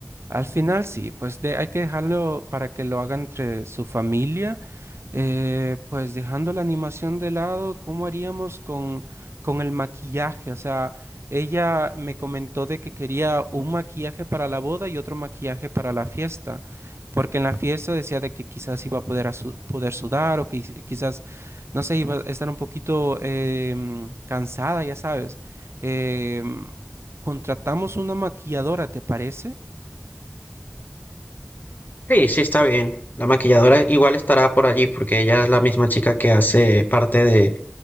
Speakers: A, on the right; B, on the left.
A: al final sí, pues de, hay que dejarlo para que lo haga entre su familia. Eh, pues dejando la animación de lado, ¿cómo haríamos con, con el maquillaje? O sea, ella me comentó de que quería un maquillaje para la boda y otro maquillaje para la fiesta, porque en la fiesta decía de que quizás iba a poder, a su- poder sudar o que quiz- quizás, no sé, iba a estar un poquito em, cansada, ya sabes. Em, contratamos una maquilladora, ¿te parece?
B: Sí, sí, está bien. La maquilladora igual estará por allí porque ella es la misma chica que hace parte de,